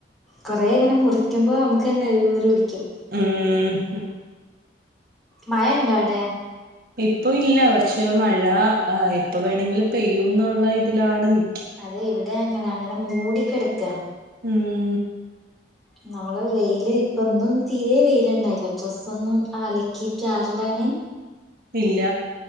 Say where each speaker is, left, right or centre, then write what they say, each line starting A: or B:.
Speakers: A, in the centre; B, on the right.
A: കൊറെ ഇങ്ങനെ മുറിക്കുമ്പൊ നമുക്കേന്നെ ഈറ് പിടിക്കും
B: ഉം ഹും
A: മയണ്ടാവ്ടെ
B: ഇപ്പൊ ഇല്ല പക്ഷെ മഴ എപ്പൊ വേണെങ്കിലും പെയ്യുന്നുള്ള ഇതിലാണ് നി
A: അതെ ഇവട അങ്ങന അങ്ങന മൂടിക്കെട്ക്ക
B: ഉം
A: ന്നാള് വെയില് ഇപ്പൊന്നും തീരെ വെയില്ണ്ടായില്ല ഡ്രസ്സൊന്നും അലക്കീട്ടാറിടാന്
B: ഇല്ല